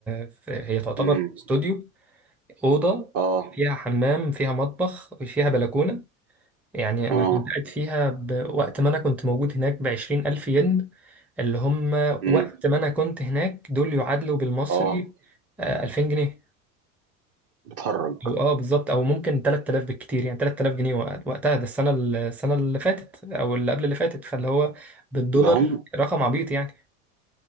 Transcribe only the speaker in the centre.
في هي تعتبر
استوديو اوضه
فيها حمام فيها مطبخ وفيها بلكونه يعني
انا كنت قاعد فيها بوقت ما انا كنت موجود هناك بعشرين الف ين اللي هم
وقت ما انا كنت هناك دول يعادلوا بالمصري
آه، 2000 جنيه
او اه بالظبط او ممكن 3000 بالكتير يعني 3000 جنيه وقت- وقتها ده السنه السنه اللي فاتت او اللي قبل اللي فاتت فاللي هو بالدولار
رقم عبيط يعني